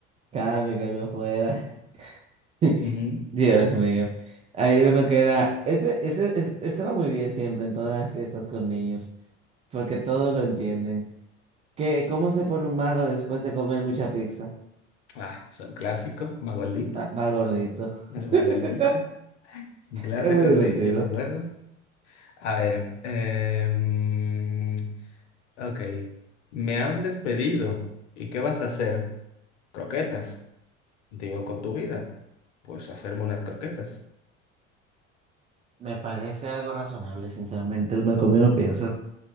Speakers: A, on the right (about 20°); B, on the left (about 65°).
A: Cambio, cambio fuera. <laughs>
B: Ujú.
A: Dios mío. Hay uno que era, este, este, es- este va muy bien siempre en todas las fiestas con niños, porque todos lo entienden. ¿Qué, cómo se pone un mago después de comer mucha pizza?
B: Ah, son clásicos, Magoldito,
A: Va, va gordito.
B: el Magoldito,
A: <laughs>
B: es un clásico,
A: Es muy divertido.
B: sí, yo me acuerdo. A ver, em, ok, me han despedido, ¿y qué vas a hacer? Croquetas, digo, con tu vida, pues hacerme unas croquetas.
A: Me parece algo razonable, sinceramente. El mal comido piensa.